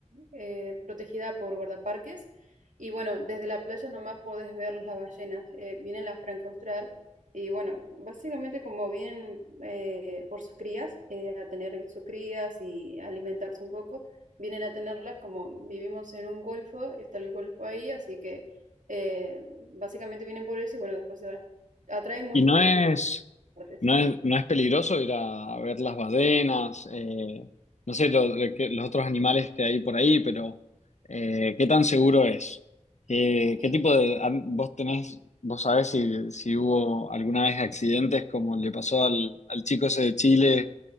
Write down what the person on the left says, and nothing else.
Y no
es,
no es, no es peligroso ir a ver las ballenas, eh, no sé, lo- lo que- los otros animales que hay por ahí, pero eh, ¿qué tan seguro es? ¿Qué,
qué tipo de... an- vos tenés, vos sabés si, si hubo alguna vez accidentes como le pasó al, al chico ese de Chile